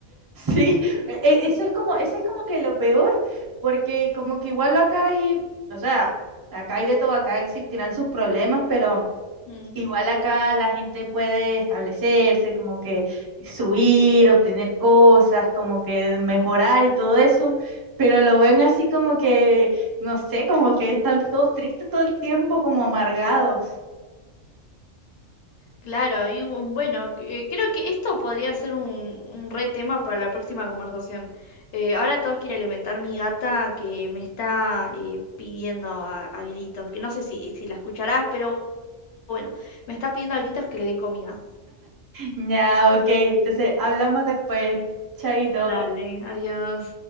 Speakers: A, on the right (about 30°); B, on the left (about 65°).
A: Sí, e- e- eso es como, eso es como que lo peor, porque como que igual acá hay, o sea, acá hay de todo, acá existirán sus problemas, pero
B: Mm,
A: igual acá la gente puede establecerse, como que subir, obtener cosas,
B: mm.
A: como que mejorar y todo eso, pero lo ven así como que, no sé, como que están todos tristes todo el tiempo, como amargados.
B: Claro, y bu- bueno, eh, creo que esto podría ser un, un re tema para la próxima conversación. Eh, ahora tengo que ir a alimentar mi gata que me está eh, pidiendo a, a gritos, que no sé si, si la escucharás, pero me está pidiendo a gritos que le dé comida.
A: Ya, ok, entonces hablamos después, chaito.
B: Dale, adiós.